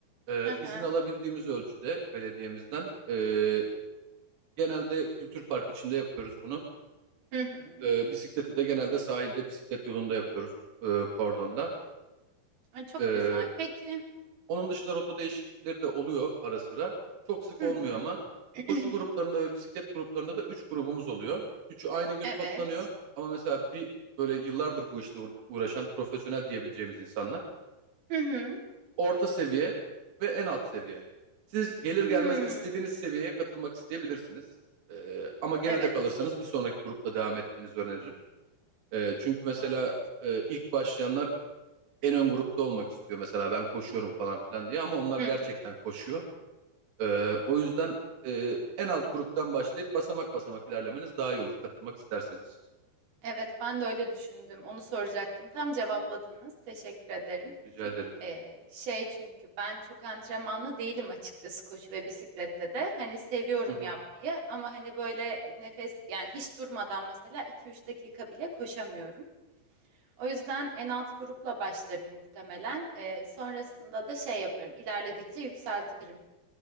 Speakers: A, on the right (about 80°); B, on the right (about 60°).
A: Ee,
B: Hı hı.
A: izin alabildiğimiz ölçüde belediyemizden ee, genelde kültür park içinde yapıyoruz bunu.
B: Hı hı.
A: Ee, bisikleti de genelde sahilde bisiklet yolunda yapıyoruz ee, kordonda.
B: Ay, Çok
A: Ee,
B: güzel. Peki.
A: onun dışında rota değişiklikleri de oluyor ara sıra. Çok sık
B: Hı
A: olmuyor
B: hı.
A: ama
B: <clears throat>
A: koşu gruplarında ve bisiklet gruplarında da 3 grubumuz oluyor. Üçü aynı gün
B: Evet.
A: toplanıyor ama mesela bir böyle yıllardır bu işle uğra- uğraşan profesyonel diyebileceğimiz insanlar
B: Hı hı.
A: orta seviye ve en alt seviye. Siz gelir gelmez
B: Hmm.
A: istediğiniz seviyeye katılmak isteyebilirsiniz. Ee, ama geride
B: Evet.
A: kalırsanız bir sonraki grupla devam etmenizi öneririm. Ee, çünkü mesela
B: Anladım.
A: e, ilk başlayanlar en ön grupta olmak istiyor. Mesela ben koşuyorum falan filan diye ama onlar
B: Hı
A: gerçekten
B: hı.
A: koşuyor. Ee, o yüzden e, en alt gruptan başlayıp basamak basamak ilerlemeniz daha iyi olur katılmak isterseniz.
B: Evet, ben de öyle düşündüm. Onu soracaktım. Tam cevapladınız. Teşekkür ederim.
A: Rica ederim.
B: Ee, şey çünkü ben çok antrenmanlı değilim açıkçası koşu ve bisiklette de. Hani seviyorum
A: Hı hı.
B: yapmayı ama hani böyle e, nefes yani hiç durmadan mesela 2-3 dakika bile koşamıyorum. O yüzden en alt grupla başlarım muhtemelen. Ee, sonrasında da şey yaparım. İlerledikçe yükseltirim.